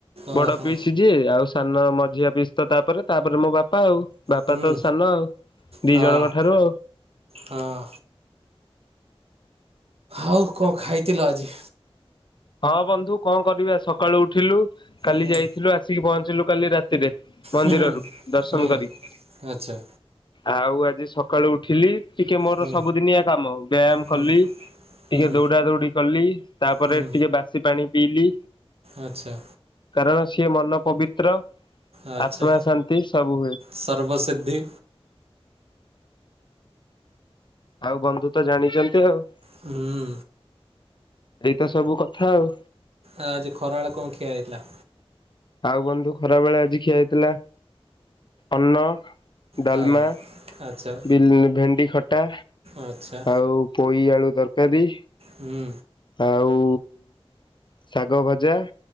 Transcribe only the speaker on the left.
ବଡ
ପିଇସି ଯିଏ ଆଉ ସାନ ମଝିଆ ପିସ୍ ତ ତାପରେ ତାପରେ ମୋ ବାପା ଆଉ ବାପା
ତ ସାନ ଆଉ। ଦି
ଜଣ ମାତ୍ର।
ହଁ ବନ୍ଧୁ କଣ କରିବା ସକାଳୁ ଉଠିଲୁ କାଲି
ଯାଇଥିଲୁ ଆସିକି ପହଞ୍ଚିଲୁ କାଲି ରାତି ରେ ମନ୍ଦିରରୁ
ଦର୍ଶନ
କରି।
ଆଉ ଆଜି ସକାଳୁ ଉଠିଲି। ଟିକେ ମୋର
ସବୁଦିନିଆ କାମ ବ୍ୟାୟାମ
କଲି ଟିକେ
ଦୌଡା ଦୌଡି କଲି। ତାପରେ
ଟିକେ ବାସି ପାଣି ପିଇଲି।
କାରଣ ସିଏ ମନ ପବିତ୍ର
ଆତ୍ମା ଶାନ୍ତି ସବୁ ହୁଏ।
ଆଉ ବନ୍ଧୁ ତ ଜାଣିଚନ୍ତି ଆଉ।
ଏଇତ ସବୁ କଥା ଆଉ।
ଆଉ ବନ୍ଧୁ ଖରା ବେଳେ ଆଜି ଖିଆ ହେଇଥିଲା ଅନ୍ନ ଡାଲମା,
ବିଲ ଭେଣ୍ଡି ଖଟା
ଆଉ ପୋଇ ଆଳୁ ତରକାରୀ।
ଆଉ ଶାଗ ଭଜା।